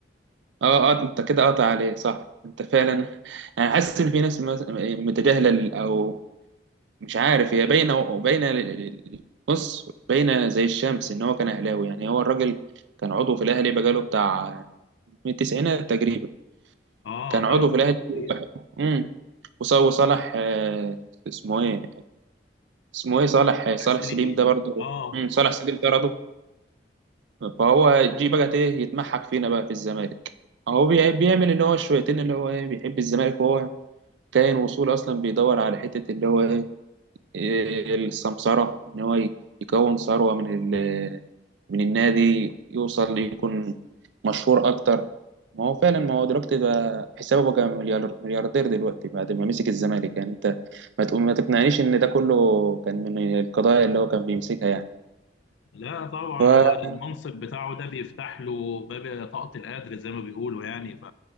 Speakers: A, on the right; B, on the left.
A: اه اه انت كده قاطع عليه صح انت فعلا <laughs> انا حاسس ان في ناس مس- متجاهله ال- او مش عارف هي باينه باينه ل- بص باينه زي الشمس ان هو كان اهلاوي يعني هو الراجل كان عضو في الاهلي بقاله بتاع من التسعينات تقريبا
B: اه
A: كان عضو
B: بقاله فترة
A: في الاهلي
B: كبيرة.
A: امم وص- وصالح آه، اسمه ايه اسمه ايه صالح
B: طارق
A: صالح
B: سليم
A: سليم ده برضه
B: اه
A: امم صالح سليم ده برضه فهو جه بقى ايه يتمحك فينا بقى في الزمالك هو بي- بيعمل ان هو شويتين اللي هو ايه بيحب الزمالك وهو كائن وصول اصلا بيدور على حته اللي هو ايه السمسرة إن هو يكون ثروة من ال من النادي يوصل يكون مشهور أكتر ما هو فعلا ما هو دلوقتي بقى حسابه بقى مليار ملياردير دلوقتي بعد ما مسك الزمالك يعني أنت ما تقول ما تقنعنيش إن ده كله كان من القضايا اللي هو كان بيمسكها يعني
B: لا طبعا
A: ف-
B: هو المنصب بتاعه ده بيفتح له باب طاقة القدر زي ما بيقولوا يعني ف